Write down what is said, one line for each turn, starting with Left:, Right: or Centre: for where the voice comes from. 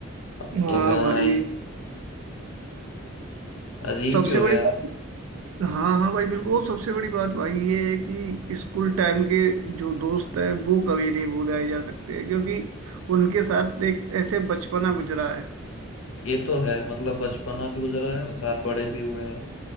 Left: अब
Right: हाँ
Left: तो कहाँ
Right: भाई
Left: है अजीब
Right: सबसे
Left: ही हो
Right: बड़ी
Left: गया यार
Right: बात हाँ हाँ भाई बिल्कुल और सबसे बड़ी बात भाई ये है कि स्कूल टाइम के जो दोस्त हैं वो कभी नहीं भुलाए जा सकते हैं क्योंकि उनके साथ एक ऐसे बचपना गुजरा है
Left: ये तो है मतलब बचपना भी गुजरा है और साथ बड़े भी हुए हैं